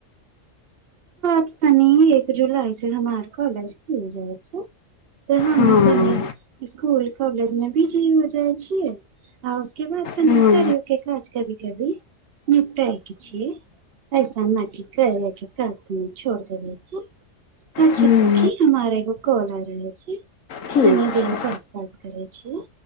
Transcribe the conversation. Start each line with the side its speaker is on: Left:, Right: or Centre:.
Right: त तनी एक जुलाई से हमार कॉलेज खुल जाय छै तऽ हम
Left: हँ
Right: कनी स्कुल कॉलेज मे बिजी हो जाइ छियै आ उसके बाद तऽनि
Left: हँ
Right: करियो के काज कभी कभी निपटाए की छियै ऐसा न की कहै के काज कनीश्र छोड़ देबै छै अच्छा
Left: हँ
Right: सखी हमारब एगो कॉल आ रहे छै
Left: ठीक
Right: तनी
Left: छै
Right: बेेर पात बात करै छै